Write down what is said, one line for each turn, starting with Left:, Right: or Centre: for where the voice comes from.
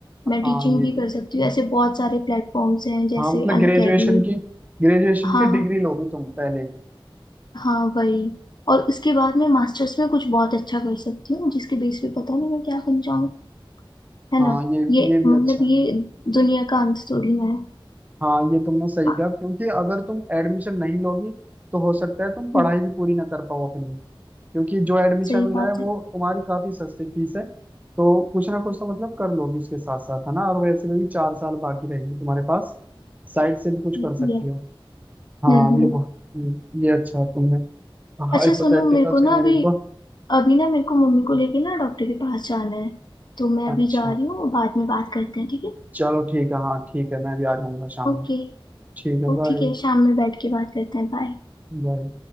Right: हाँ
Left: मैं टीचिंग
Right: ये
Left: भी कर सकती हूँ ऐसे बहुत सारे प्लेटफॉर्म्स हैं जैसे
Right: हाँ मतलब ग्रेजुएशन
Left: अनअकैडमी
Right: की ग्रेजुएशन
Left: हाँ
Right: की डिग्री लोगे तुम पहले
Left: हाँ वही और उसके बाद मैं मास्टर्स में कुछ बहुत अच्छा कर सकती हूँ जिसके बेस पे पता नहीं मैं क्या बन जाऊँ है
Right: हाँ
Left: ना
Right: ये
Left: ये
Right: ये भी
Left: मतलब
Right: अच्छा
Left: ये
Right: है
Left: दुनिया का अंत थोड़ी ना है
Right: हाँ ये तुमने सही
Left: हाँ,
Right: कहा क्योंकि अगर तुम एडमिशन नहीं लोगी तो हो सकता है तुम पढ़ाई
Left: हम्म,
Right: भी पूरी ना कर पाओ अपनी क्योंकि जो एडमिशन
Left: सही
Right: मिल
Left: बात
Right: रहा है वो
Left: है
Right: तुम्हारी काफी सस्ती फीस है तो कुछ ना कुछ तो मतलब कर लोगी उसके साथ साथ है ना और वैसे में भी चार साल बाकी रहेंगे तुम्हारे पास साइड से भी कुछ
Left: सही
Right: कर सकती
Left: भी है
Right: हो हाँ
Left: हम्म हम्म
Right: ये बहुत- ये ये अच्छा है तुमने हाइपोथेटिकल
Left: अच्छा सुनो मेरे को
Right: सिनेरियो
Left: ना अभी
Right: को
Left: अभी ना मेरे को मम्मी को लेके ना डॉक्टर के पास जाना है तो मैं
Right: अच्छा
Left: अभी जा रही हूँ बाद में बात करते हैं ठीक है
Right: चलो ठीक है हाँ ठीक है मैं भी आ जाऊंगा शाम
Left: ओके
Right: में ठीक है
Left: ओ
Right: बाय
Left: ठीक है शाम में बैठ के बात करते हैं बाय
Right: बाय